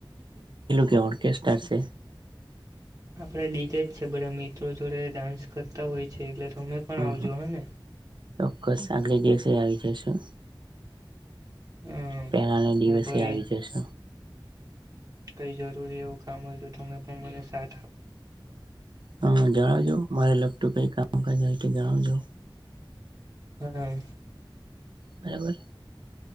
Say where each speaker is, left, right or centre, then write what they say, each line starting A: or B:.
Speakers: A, on the right; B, on the right.
A: ઓર્ગસ્ટ્રાર છે
B: આપડે ડીજે જ છે બધા મિત્રો જોડે ડાન્સ કરતા હોય છે એટલે તમે પણ
A: હમ
B: આવજો
A: હમ
B: હા ને
A: ચોક્કસ આગલે દિવસે આવી જશું
B: હમ
A: પેલા ના દિવસે
B: કોઈ
A: આવી જશો
B: કઈ જરૂરી એવું કામ હોય તો તમે પણ મને સા
A: હ જણાવજો મારે લગતું કઈ કામકાજ હોય જણાવજો
B: હા
A: બરાબર